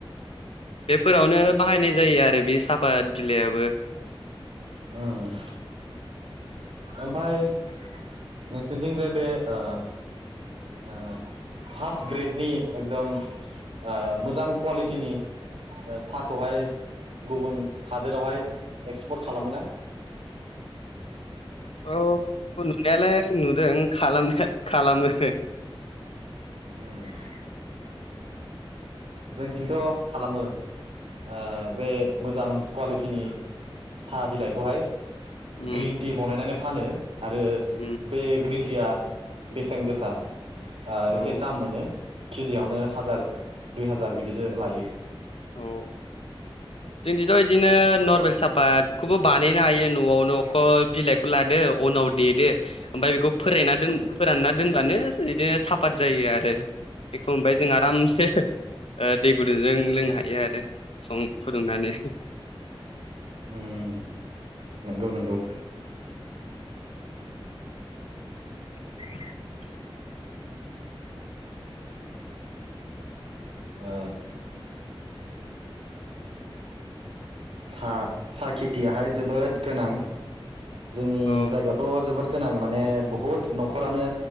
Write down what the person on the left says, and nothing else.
बेफोरावनो बाहायनाय जायो आरो बे साफ बिलाइआबो
औ नुनायालाय नुदों खालामनाय खालामो।
उम
उम
औ
औ जोंदिथ' बिदिनो नर्मेल साफातखौबो बानायहनो हायो न'आवनो बिलाइखौ खौ लादो उनाव देदो ओमफ्राय बेखौ फोरानना दोन फोरानना दोनबानो बिदिनो साफात जायो आरो। बेखौ ओमफ्राय जों आरामसे ओ दै गुदुंजों लोंनो हायो आरो सं फुदुंनानै
<inaudible>
अ